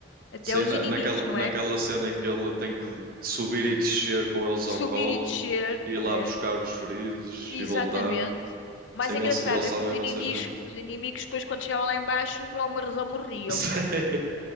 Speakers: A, on the left; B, on the right.
A: até
B: Sim,
A: os
B: na,
A: inimigos,
B: naquela,
A: não
B: naquela
A: é?
B: cena em que ele tem que subir e descer com eles
A: Subir
B: ao colo,
A: e descer.
B: e ir
A: é,
B: lá buscar os feridos
A: Exatamente.
B: e voltar.
A: O mais
B: Sim, ele,
A: engraçado
B: ele salva
A: é que os
B: imensa
A: inimigos,
B: gente.
A: os inimigos depois quando chegavam lá embaixo, por alguma razão morriam.
B: <laughs> Sei.